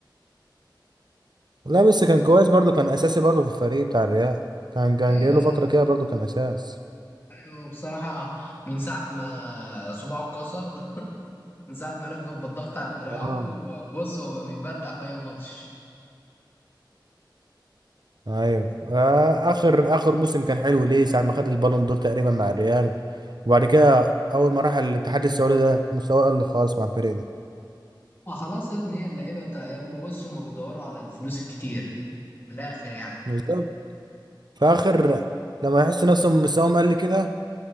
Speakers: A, on the right; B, on the left.
A: لا بس كان كويس برضو كان اساسي برضو في الفريق بتاع الريال كان كان
B: ايوه
A: جاي له
B: يا
A: فترة
B: عم
A: كده برضو كان اساسي
B: ايوه بصراحه من ساعه ما صباعه اتكسر <laughs> من ساعه ما لف بالضغط على دراعه
A: آه.
B: بص هو بيبدع في اي ماتش
A: ايوه آه، اخر اخر موسم كان حلو ليه ساعه ما خد البالون دور تقريبا مع الريال وبعد كده اول ما راح الاتحاد السعودي ده مستواه قل خالص مع الفريق ده
B: وخلاص يا ابني هي اللعيبه تا- هم بصوا هم بيدوروا على الفلوس الكتير من الاخر يعني
A: بالظبط فاخر لما يحس نفسهم مستواهم قل كده